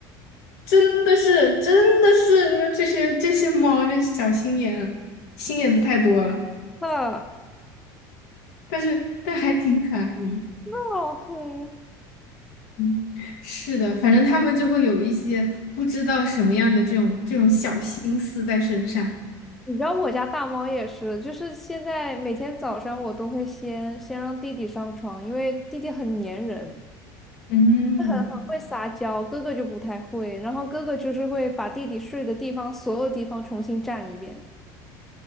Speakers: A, on the left; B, in the centre.
A: 真的是，真的是这些这些猫，这小心眼，心眼子太多了。
B: 的，
A: 但是，但还挺可爱的。
B: 那好可爱。
A: 嗯，是的，反正他们就会有一些不知道什么样的这种这种小心思在身上。
B: 你知道我家大猫也是，就是现在每天早上我都会先先让弟弟上床，因为弟弟很粘人，
A: 嗯，
B: <laughs> 很很会撒娇，哥哥就不太会。然后哥哥就是会把弟弟睡的地方所有地方重新占一遍，